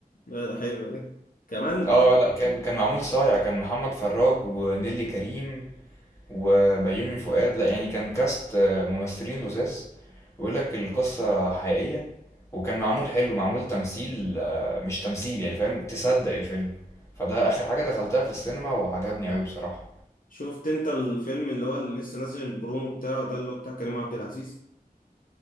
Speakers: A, on the left (about 60°); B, on the left (about 20°).
A: ده ده حلو ده كمان
B: اه لا كان كان معمول صايع كان محمد فراج ونيلي كريم وبيومي فؤاد لا يعني كان كاست آه، ممثلين لذاذ بيقول لك القصة حقيقية وكان معمول حلو معمول تمثيل آه، مش تمثيل يعني فاهم تصدق الفيلم فده آخر حاجة دخلتها في السينما وعجبني أوي بصراحة
A: شفت أنت الفيلم اللي هو اللي لسه نازل البرومو بتاعه ده اللي هو بتاع كريم عبد العزيز